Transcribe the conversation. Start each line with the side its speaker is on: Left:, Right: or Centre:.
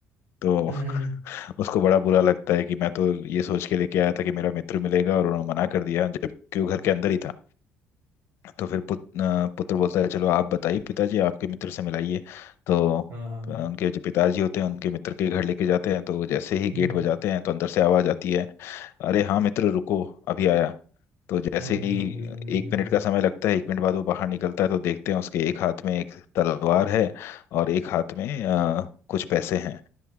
Left: तो
Right: हम्म
Left: <laughs>
Right: हम्म
Left: उसको बड़ा बुरा लगता है कि मैं तो ये सोच के लेके आया था कि मेरा मित्र मिलेगा और उन्होंने मना कर दिया जबकि वो घर के अंदर ही था तो फिर पुत, अ, पुत्र बोलता है चलो आप बताइए पिताजी आपके मित्र से मिलाइए तो
Right: हाँ हाँ
Left: अ, उनके जो पिताजी होते हैं उनके मित्र के घर लेके जाते हैं तो जैसे ही
Right: हम्म
Left: गेट बजाते हैं तो अंदर से आवाज आती है अरे हाँ मित्र रुको अभी आया तो जैसे
Right: हम्म
Left: ही
Right: हम्म हम्म
Left: एक
Right: हम्म
Left: मिनट का समय लगता है एक मिनट बाद वो बाहर निकलता है तो देखते हैं उसके एक हाथ में एक तलवार है और एक हाथ में अ, कुछ पैसे हैं